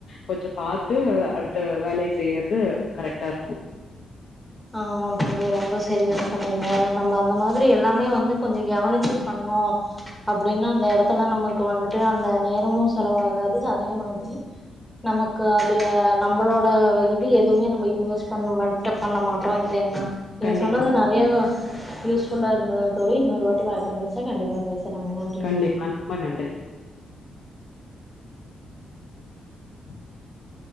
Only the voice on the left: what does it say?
கொஞ்சோ பாத்து அடுத்த வேலய செய்யறது கரெக்டா இருக்கு
கண்டிப்பா
கண்டிப்பா நொம்ப நன்றி <inaudible>